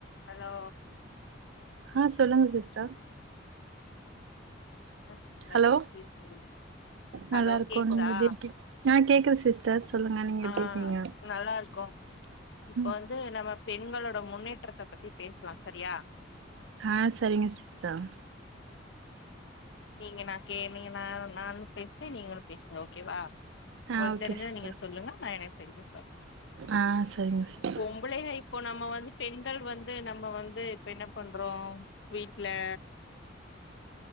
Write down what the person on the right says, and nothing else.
ஆ சொல்லுங் sister
ஹலோ
நல்லா இருக்கோ
நீங்க எப்டி இருக்கீங் ஆ கேக்குது சிஸ்டர் சொல்லுங்க நீங்க எப்டி
இருக்கீங்க
ம்
ஹா செரிங்க சிஸ்டர்
ஆ ஓகே
சிஸ்டர்
ஆ சரிங்க சிஸ்டர்